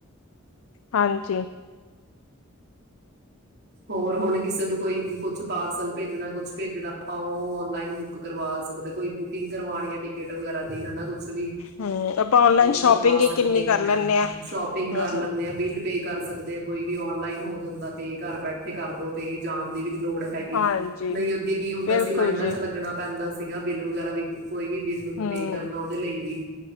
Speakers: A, on the left; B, on the right.
A: ਹਾਂਜੀ।
B: ਹੋਰ ਹੁਣ, ਕਿਸੇ ਨੂੰ ਕੋਈ, ਕੁਛ ਪਾਰਸਲ ਭੇਜਣਾ। ਕੁਛ ਭੇਜਣਾ ਆਪ ਉਹ ਔਨਲਾਈਨ ਬੁੱਕ ਕਰਵਾ ਸਕਦੇ। ਕੋਈ ਬੁਕਿੰਗ ਕਰਵਾਣੀ ਆ ਟਿਕਟ ਵਗੈਰਾ ਦੀ ਹੈਨਾ ਕੁ ਕੁੱਛ ਵੀ,
A: ਹਮ ਆਪਾਂ ਔਨਲਾਈਨ
B: ਉਹ ਕਰਵਾ
A: ਸ਼ੋਪਿੰਗ ਹੀ
B: ਸਕਦੇ
A: ਕਿੰਨੀ ਕਰ
B: ਹੈ।
A: ਲੈਂਦੇ ਹਾਂ
B: ਸ਼ੋਪਿੰਗ
A: ਹਮ
B: ਕਰ ਲੈਂਦੇ
A: ਹਮ
B: ਆ। ਬਿੱਲ ਪੇ ਕਰ ਸਕਦੇ ਹਾਂ। ਕੋਈ ਵੀ ਔਨਲਾਈਨ ਹੋ ਜਾਂਦਾ ਪੇ ਘਰ ਬੈਠੇ ਇਥੇ ਕਰਦੋ ਤੇ ਇਹ ਜਾਣ ਦੀ ਵੀ ਨੀ ਲੋੜ। ਹੈਗੀ
A: ਹਾਂਜੀ
B: ਨਹੀਂ ਅੱਗੇ ਕੀ ਹੁੰਦਾ
A: ਬਿਲਕੁਲ
B: ਸੀ ਲਾਈਨਾਂ
A: ਜੀ
B: ਚ ਲੱਗਣਾ ਪੈਂਦਾ ਸੀਗਾ। ਬਿੱਲ ਵਗੈਰਾ ਵੀ, ਕੋਈ ਵੀ ਬਿੱਲ
A: ਹਮ
B: ਪੇ ਕਰਨਾ ਉਹਦੇ ਲਈ ਵੀ।